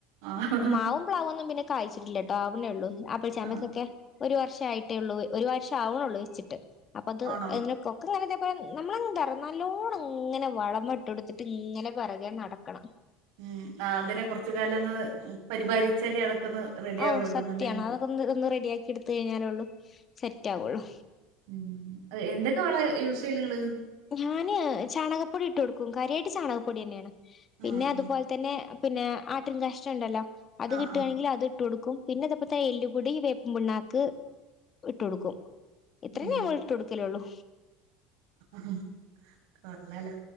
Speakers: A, on the right (about 80°); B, on the left (about 30°).
A: ആഹ്
B: മാവും പ്ലാവും ഒന്നും പിന്നെ കായ്ച്ചിട്ടില്ലട്ടോ ആവിണൊള്ളൂ ആപ്പിൾ ചാമ്പക്കൊക്കെ
A: ആഹ്
B: ഒരു വർഷ ആയിട്ടേ ഒള്ളൂ ഒരു വർഷം ആവണള്ളൂ വെച്ചിട്ട് അപ്പ അത്
A: ആണോ
B: അതിനൊക്കെ ങ്ങനെ ഇതേപോലെ നമ്മളല്ലോണം ഇങ്ങനെ വളമ ഇട്ടോട്ത്ത്ട്ട് ഇങ്ങനെ പിറകെ നടക്കണം
A: ഇമ് അതിനെ കൊറച്ച് കാലൊന്ന് പരിപാലിച്ചാലേ അതൊക്കൊന്ന് റെഡിയാവുന്നൊള്ളൂന്നല്ലേ.
B: ഓ സത്യാണ് അതൊക്കെ ഒന്ന് ഇതൊന്ന് റെഡിയാക്കി എടുത്ത് കഴിഞ്ഞാലൊള്ളൂ സെറ്റാവെള്ളു.
A: ഉം എന്തൊക്കെ വളാ യൂസ് ചെയല് നിങ്ങള്.
B: ഞാന് ചാണകപ്പൊടി ഇട്ട് കൊടുക്കും. കാര്യായിട്ട് ചാണകപ്പൊടിന്നെയാണ്. പിന്നെ
A: ആഹ്
B: അതുപോലെ
A: ആഹ്
B: തന്നെ പിന്നെ ആട്ടിൻ കാഷ്ഠണ്ടല്ലോ അത്
A: ആഹ്
B: കിട്ടുകയാണെങ്കിൽ
A: ആഹ്
B: അത് ഇട്ട് കൊടുക്കും. പിന്നെ അതപ്പത്തെ എല്ലുപൊടി വേപ്പും പിണ്ണാക്ക് ഇട്ടു കൊടുക്കും. ഇത്രയും
A: ഉം
B: ഞങ്ങള് ഇട്ട് കൊടുക്കലുള്ളൂ.
A: ഉം കൊള്ളാലോ.